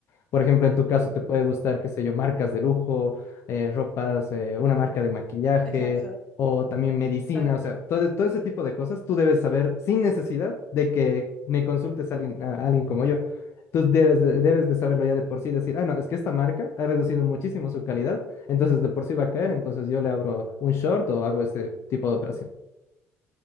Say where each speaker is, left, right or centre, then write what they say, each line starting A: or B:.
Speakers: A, on the left; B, on the left.
A: Por ejemplo, en tu caso, te puede gustar, qué sé yo, marcas de lujo, eh, ropas, eh, una marca de maquillaje
B: exacto,
A: o también medicina,
B: tal
A: o
B: cual.
A: sea, todo, todo ese tipo de cosas tú debes saber sin necesidad de que me consultes a alguien, a alguien como yo. Tú debes de, debes de saberlo ya de por sí, decir, ah, no, es que esta marca ha reducido muchísimo su calidad, entonces de por sí va a caer, entonces yo le abro un short o hago ese tipo de operación.